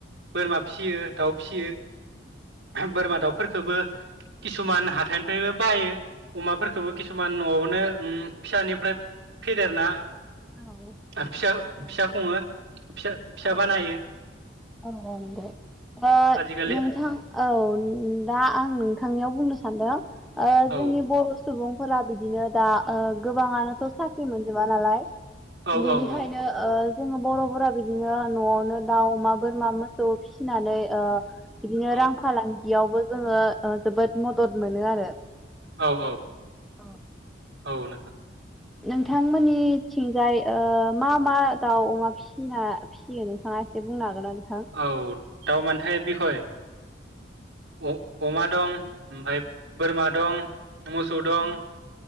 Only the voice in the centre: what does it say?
ओ
औ
औ औ नंगौ ओ
नोंथां ओ औ दा आं नोंथांनियाव बुंनो सानदों ओ
जोंनि बर' सुबुंफोरा बिदिनो दा ओ गोबाङानोथ' साख्रि मोनजोबा नालाय।
बेनिखायनो
ओ जोङो बर'फोरा बिदिनो न'आवनो दाउ, अमा बोरमा, मोसौ फिसिनानै ओ बिदिनो
रां फालां बेयावबो जोङो ओ जोबोद मदद मोनो आरो।
अह।
नोंथांमोननिथिंजाय ओ मा मा दाउ अमा फिना फिसियो नोंथाङा एसे बुंनो हागोनना नों
औ